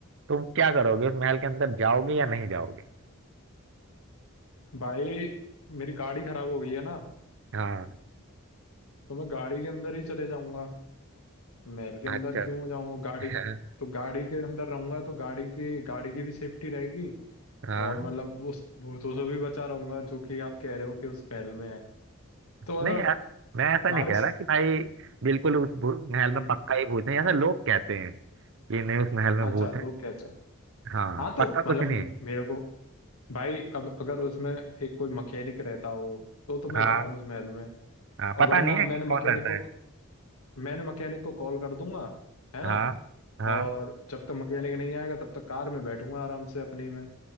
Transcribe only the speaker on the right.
तुम क्या करोगे उस महल के अंदर जाओगे या नहीं जाओगे
हाँ
अच्छा
<laughs>
हाँ
नहीं यार मैं ऐसा
नहीं कह रहा कि भाई बिल्कुल उस भू- महल में
पक्का ही भूत है ऐसा लोग कहते हैं कि नहीं उस महल में
भूत है
हाँ
पक्का कुछ
नहीं
है
हाँ
हाँ
पता
नहीं है
कि
कौन रहता
है
हाँ हाँ